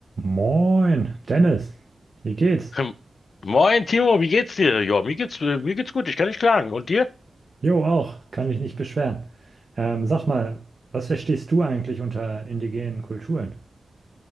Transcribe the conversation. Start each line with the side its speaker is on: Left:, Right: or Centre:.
Right: Moin, Dennis. Wie geht's?
Left: Hm. Moin Timo, wie geht's dir? Ja, mir geht's, äh, mir geht's gut, ich kann nicht klagen. Und dir?
Right: Jo, auch. Kann mich nicht beschweren. Ähm, sag mal, was verstehst du eigentlich unter indigenen Kulturen?